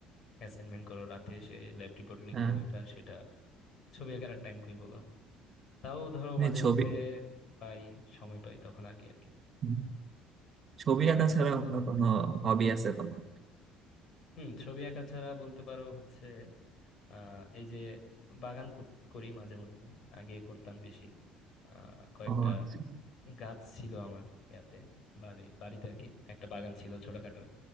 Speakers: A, on the left; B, on the right.
A: অ্যাসাইনমেন্ট করো রাতে এসে ল্যাব রিপোর্ট লিখো
B: হ্যাঁ
A: এটা সেটা ছবি আঁকার আর টাইম কই বলো তাও ধরো মাঝে
B: এই ছবি
A: মধ্যে পাই সময় পাই তখন আঁকি আর কি
B: হুম। ছবি আঁকা ছাড়া অন্য কোনো হবি আছে তোমার
A: হুম ছবি আঁকা ছাড়া বলতে পারো হচ্ছে আহ এই যে বাগান কর- করি মাঝে মধ্যে আগে করতাম বেশি আহ কয়েকটা
B: ও আচ্ছা।
A: গাছ ছিল আমার ইয়াতে বাড়ি বাড়িতে আর কি একটা বাগান ছিল ছোটখাটো